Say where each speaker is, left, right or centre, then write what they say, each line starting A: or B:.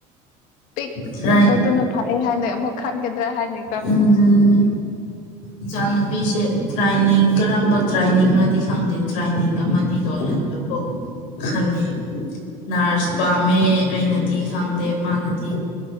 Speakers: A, on the left; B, on the left.
A: ꯄꯤꯛꯄꯗꯨꯅ
B: ꯗ꯭ꯔꯥꯏ
A: ꯐꯩ ꯍꯥꯏꯅ ꯑꯃꯨꯛ ꯈꯟꯒꯗ꯭ꯔꯥ ꯍꯥꯏꯅꯤ
B: ꯎꯝ ꯏꯆꯥ ꯅꯨꯨꯄꯤꯁꯦ ꯇ꯭ꯔꯥꯏꯅꯤꯡ ꯀꯔꯝꯕ ꯇ꯭ꯔꯥꯏꯅꯤꯡꯅꯗꯤ ꯈꯪꯗꯦ ꯇ꯭ꯔꯦꯟꯅꯤꯡ ꯑꯃꯗꯤ ꯂꯣꯏꯍꯟꯕꯕꯨ ꯈꯜꯂꯤ ꯅꯔꯁ ꯄꯥꯝꯃꯦ ꯑꯩꯅ ꯑꯩꯅꯗꯤ ꯈꯪꯗꯦ ꯃꯥꯅꯗꯤ